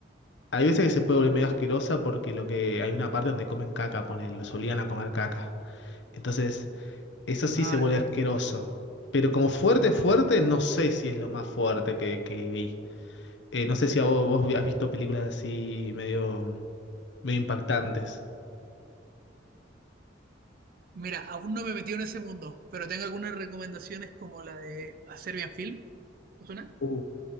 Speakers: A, on the left; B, on the right.
A: Hay veces que se puede volver medio asquerosa porque lo que hay una parte donde comen caca, ponen, los obligan a comer caca. Entonces, eso sí
B: Ah,
A: se vuelve
B: entiendo.
A: asqueroso. Pero como fuerte, fuerte, no sé si es lo más fuerte que, que vi. Eh, no sé si a vos, vos has visto películas así medio, medio impactantes.
B: Mira, aún no me he metido en ese mundo, pero tengo algunas recomendaciones como la de Hacer Bien Film. ¿Te suena?
A: Uh,